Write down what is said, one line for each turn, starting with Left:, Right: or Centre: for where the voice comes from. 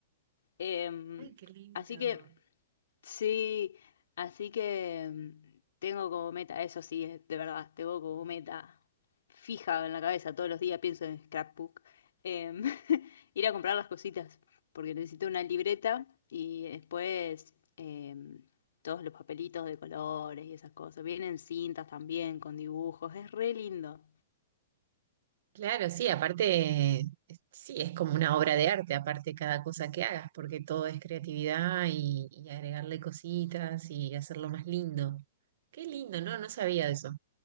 Left: Em,
Right: ay, qué lindo.
Left: así que Sí, así que mm, tengo como meta, eso sí, eh, de verdad, tengo como meta fija en la cabeza, todos los días pienso en scrapbook, em, <laughs> ir a comprar las cositas, porque necesito una libreta y después em, todos los papelitos de colores y esas cosas. Vienen cintas también con dibujos, es re lindo.
Right: Claro, sí, aparte, es- sí, es como una obra de arte, aparte cada cosa que hagas, porque todo es creatividad y, y agregarle cositas y hacerlo más lindo. Qué lindo, ¿no? No sabía de eso.